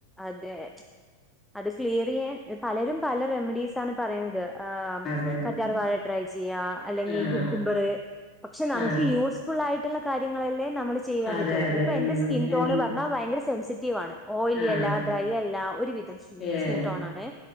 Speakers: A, in the centre; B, on the left (about 25°).
A: അതെ അത് ക്ലിയർ ചെയ്യാൻ പലരും പല റെമഡീസ് ആണ് പറയ ത് ആ
B: പേരിൽ ആഹ് അതെ
A: കറ്റാർ വാഴ ട്രൈ ചെയ്യ അല്ലെങ്കിൽ
B: ആഹ്
A: കുക്കുമ്പറ് പക്ഷെ നമുക്ക്
B: ആഹ്
A: യൂസ്ഫുൾ ആയിട്ട് ട്ടുള്ള കാര്യങ്ങളല്ലേ നമ്മള് ചെയ്യാൻ
B: അതെ
A: പറ്റയുള്ളൂ
B: അതെ
A: ഇപ്പൊ
B: ഉം
A: എന്റെ സ്കിൻ ടോൺ
B: എന്ന്
A: പറഞ്ഞ ഭയങ്കര സെൻസിറ്റീവ് ആണ്
B: ആഹ്
A: എല്ല ഡ്രൈ അല്ല ഒരു വിധം
B: ഏഹ്
A: സ്കിൻ ടോൺ ആണേ